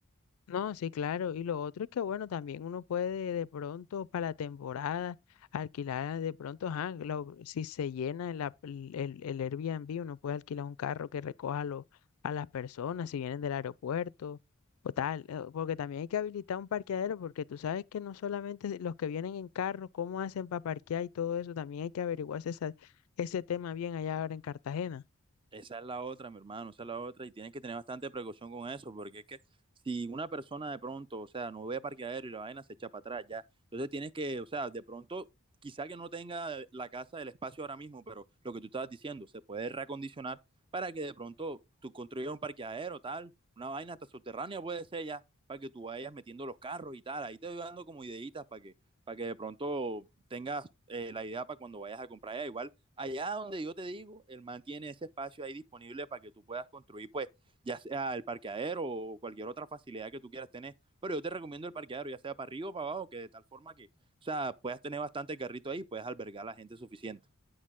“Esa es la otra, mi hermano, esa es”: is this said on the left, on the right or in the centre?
Right